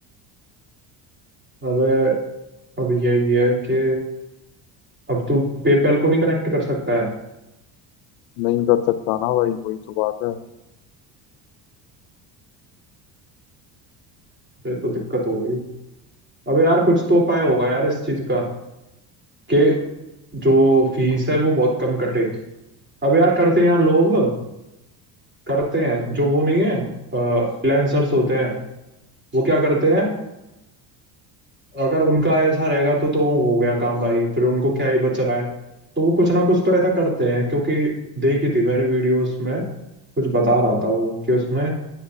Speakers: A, on the right (about 20°); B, on the left (about 80°).
A: अबे अब यही है कि अब तू पेपैल को नहीं कनेक्ट कर सकता है
B: नहीं कर सकता ना भाई वही तो बात है
A: ये तो दिक्कत हो गई अबे यार कुछ तो उपाय होगा यार इस चीज का कि जो फीस है वो बहुत कम कटे अबे यार करते हैं यार लोग करते हैं जो वो नहीं है फ्रीलांसर्स होते हैं वो क्या करते हैं अगर उनका ऐसा रहेगा तो तो वो हो गया काम भाई फिर उनको क्या ही बच रहा है तो वो कुछ ना कुछ तो ऐसा करते हैं क्योंकि देखी थी मैंने वीडियोस में कुछ बता रहा था वो कि उसमें